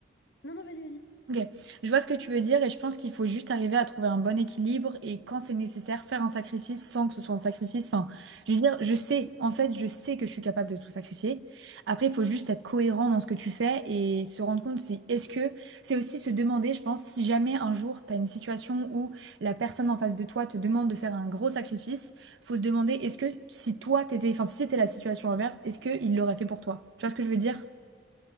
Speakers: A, on the left; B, on the right.
A: Non, non, vas-y, vas-y.
B: Ok, je vois ce que tu veux dire et je pense qu'il faut juste arriver à trouver un bon équilibre et quand c'est nécessaire, faire un sacrifice sans que ce soit un sacrifice. Enfin, je veux dire, je sais, en fait, je sais que je suis capable de tout sacrifier. Après, il faut juste être cohérent dans ce que tu fais et se rendre compte si, est-ce que, c'est aussi se demander, je pense, si jamais un jour tu as une situation où la personne en face de toi te demande de faire un gros sacrifice, faut se demander, est-ce que si toi t'étais, enfin, si c'était la situation inverse, est-ce qu'il l'aurait fait pour toi? Tu vois ce que je veux dire?